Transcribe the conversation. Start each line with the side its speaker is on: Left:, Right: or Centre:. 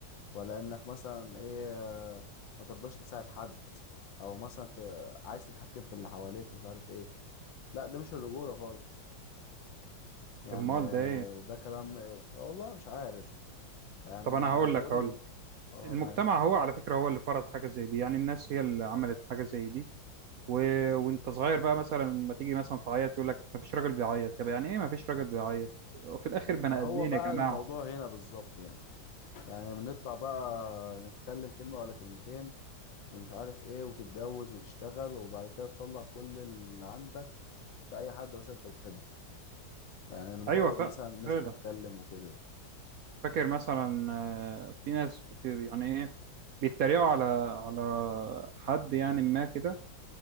Left: ولا انك مثلا ايه آه، ما ترضاش تساعد حد او مثلا ت... عايز تتحكم في اللي حواليك ومش عارف ايه لا ده مش الرجولة خالص يعني
Right: امال
Left: آه،
Right: ده ايه
Left: ده كلام آه، والله مش عارف يعني
Right: طب انا
Left: آه،
Right: هقول
Left: بيقولوا
Right: لك هقول لك
Left: إن- اه
Right: المجتمع
Left: معايا
Right: هو على فكرة هو اللي فرض حاجة زي دي يعني الناس هي اللي عملت حاجة زي دي و... وانت صغير بقى مثلا ما تيجي مثلا تعيط يقول لك ما فيش راجل بيعيط طب يعني ايه ما فيش راجل بيعيط وفي الاخر بني
Left: ما هو
Right: ادمين
Left: بقى
Right: يا جماعة
Left: الموضوع هنا بالظبط يعني يعني بنطلع بقى نتكلم كلمة ولا كلمتين ومش عارف ايه وتتجوز وتشتغل وبعد كده تطلع كل اللي عندك في اي حد مثلا انت بتحبه يعني أنا مجرد
Right: ايوه ف-
Left: مثلا الناس
Right: فعلا
Left: بتتكلم وكده
Right: فاكر مثلا آه، في ناس بت- يعني ايه بيتريقوا على على حد يعني ما كده